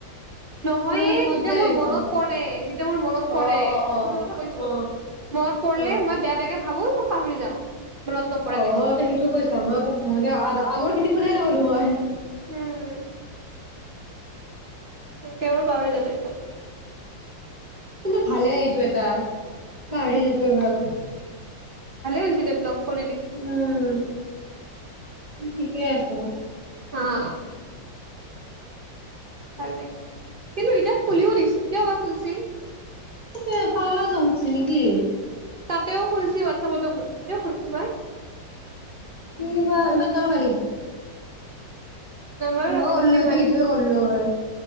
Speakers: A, on the right (about 65°); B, on the right (about 25°).
A: নহয়
B: মোৰ সদায়
A: যেতিয়া মোৰ
B: এনেকা
A: মনত
B: হয়
A: পৰে যেতিয়া মোৰ মনত পৰে
B: অ
A: সেইটো
B: অ অ
A: কথা কৈছো,
B: অ
A: মনত পৰিলে
B: অ
A: মই বেয়া বেয়াকে ভাবো পাহৰি যাওঁ। মনত নপৰে
B: অ'
A: তাৰপিছত
B: তই সেইটো কৈছা মই ভালকে আগৰ, আগৰ খিনি শুনাই নাপালো মই
A: উম'। তেওঁ পাহৰি যাওঁ তাৰপিছত
B: কিন্তু ভালে এইটো এটা পাহাৰি যোৱাটোৱে ভাল
A: ভালে হৈছে দে ব্লক কৰি দিছে
B: উম'। ঠিকেই আছো।
A: অ'। ভালে, কিন্তু এতিয়া খুলিও দিছে, কিয় বা খুলছি।
B: এ পাগলা জক উঠিছে নেকি।
A: তাতেও খুলচি, হোৱাটচএপতো খুলচি, কিয় খুলচি বা।
B: কি বা <unintelligible>
A: নামাৰো
B: মই
A: ৰ পিছতকে
B: <unintelligible>
A: মাৰিম
B: এইটোৱে কৰলো হয়।